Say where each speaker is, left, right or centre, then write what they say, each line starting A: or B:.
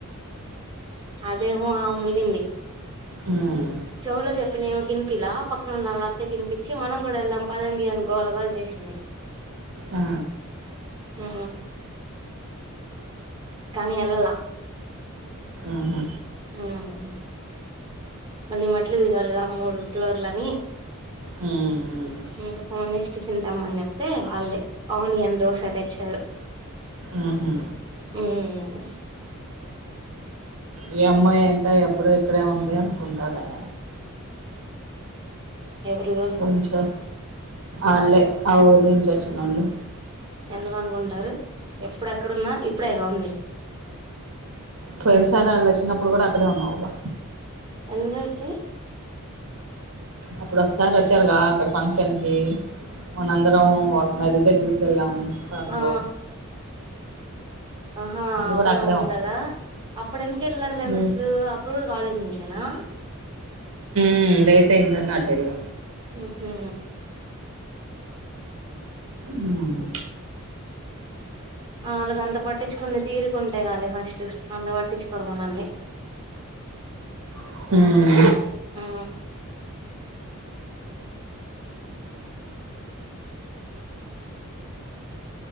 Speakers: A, on the right; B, on the right.
A: అదేమో ఆమె వినింది.
B: హ్మ్.
A: చేవులో చెప్పినయి ఈమెకి వినిపియ్యద పక్కన ఉన్న వల్ల అత్తకి వినిపించి మనం కూడా వెళ్దాం పదండి అని గోళ గోళ చేసింది.
B: ఆ!
A: ఆ కానీ వెళ్లలా
B: ఆహా!
A: హ్మ్ ఉ మళ్ళీ మట్లు దిగాలిగా మూడు ఫ్లోర్లని
B: హ్మ్.
A: ఇంకా ఫోన్ చేసి టిఫిన్ తెమ్మని చెప్తే వాళ్ళే ఆనియన్ దోశ తెచ్చారు.
B: హ్మ్ హు
A: ఉమ్
B: ఈ అమ్మాయి ఏంట ఎప్పుడు ఇక్కడే ఉంది అనుకుంటార ఆడ.
A: ఎవరు
B: కొంచెం ఆల్లె ఆ ఊరి నుంచి వచ్చినోళ్ళు.
A: ఎందుకు అనుకుంటారు ఎప్పుడెక్కడున్నా ఇప్పుడే కా ఉంది.
B: పోయినసారి వాళ్ళ వచ్చినప్పుడు కూడా అక్కడే ఉన్నావు గా.
A: ఎందుకు అయిద్ది.
B: అప్పుడు ఒకసారి వచ్చారుగా అక్కడ ఫంక్షన్ కి మనందరం ఒక నది దగ్గరికి వెళ్ళాము కార్
A: ఆ
B: లో.
A: ఆహా అవున
B: కూడా అక్కడే
A: అవును
B: ఉన్నావుగా
A: కదా అప్పుడు ఎందుకు వెళ్ళాను నేను
B: ఉమ్,
A: అసలు అప్పుడు కూడా కాలేజ్ నుంచేనా
B: హ్మ్ లేట్ అయ్యిందని అటెల్లా
A: హ్మ్ హూ
B: ఉమ్,
A: ఆళ్లకు అంత పట్టిచ్ కునే తీరిక్ ఉం వెళ్ళాలి ఫస్ట్ మళ్ళ పట్టిచ్ కోరు మనల్ని.
B: ఉమ్,
A: ఆ